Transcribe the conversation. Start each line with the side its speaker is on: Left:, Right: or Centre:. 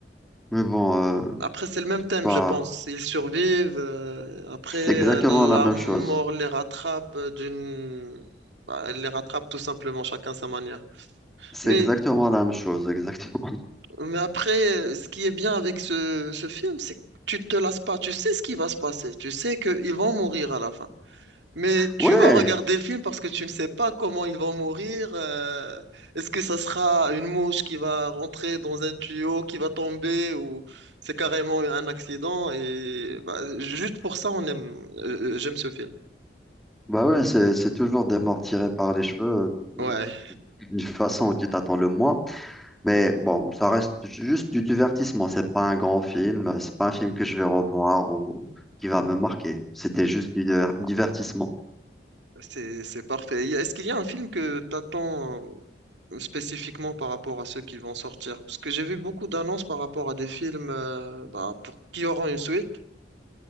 Centre: Mais bon, euh,
Right: Après, c'est le même thème,
Centre: bah,
Right: je pense. Ils survivent. euh, après,
Centre: c'est exactement
Right: euh, la
Centre: la même
Right: mort
Centre: chose.
Right: les rattrape euh, d'une... bah, elle les rattrape tout simplement, chacun sa manière.
Centre: C'est
Right: Mais,
Centre: exactement la même chose, exactement. <laughs>
Right: mais après, euh, ce qui est bien avec ce, ce film, c'est que tu te lasses pas. Tu sais ce qui va se passer. Tu sais qu'ils vont mourir à la fin. Mais tu
Centre: Ouais,
Right: vas regarder le film parce que tu ne sais pas comment ils vont mourir. euh, est-ce que ça sera une mouche qui va rentrer dans un tuyau, qui va tomber, ou c'est carrément un accident? Et bah, juste pour ça, on aime, euh, j'aime ce film.
Centre: bah ouais, c'est c'est toujours des morts tirés par les cheveux
Right: Ouais,
Centre: euh, d'une façon où tu t'attends le moins. Mais bon, ça reste juste du divertissement. C'est pas un grand film, c'est pas un film que je vais revoir ou qui va me marquer. C'était juste du diver- divertissement.
Right: c'est c'est parfait. y a- Est-ce qu'il y a un film que t'attends euh, spécifiquement par rapport à ceux qui vont sortir? Parce que j'ai vu beaucoup d'annonces par rapport à des films euh, bah, pour qui auront une suite.